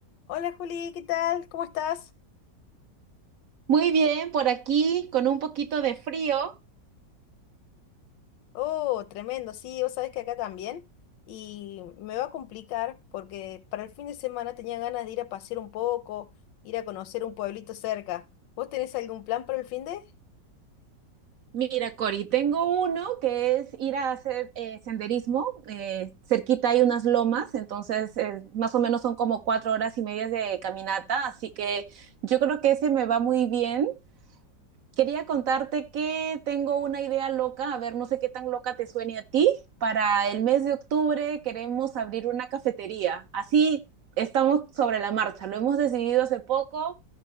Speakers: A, on the left; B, on the right.
A: Hola Juli, ¿qué tal? ¿Cómo estás?
B: Muy bien, por aquí con un poquito de frío.
A: Oh, tremendo, sí, vos sabés que acá también. Y me va a complicar porque para el fin de semana tenía ganas de ir a pasear un poco, ir a conocer un pueblito cerca. ¿Vos tenés algún plan para el fin de?
B: Mira, Cori, tengo uno que es ir a hacer eh, senderismo. eh, cerquita hay unas lomas, entonces eh, más o menos son como cuatro horas y medias de caminata, así que yo creo que ese me va muy bien. Quería contarte que tengo una idea loca, a ver, no sé qué tan loca te suene a ti. Para el mes de octubre queremos abrir una cafetería. Así estamos sobre la marcha, lo hemos decidido hace poco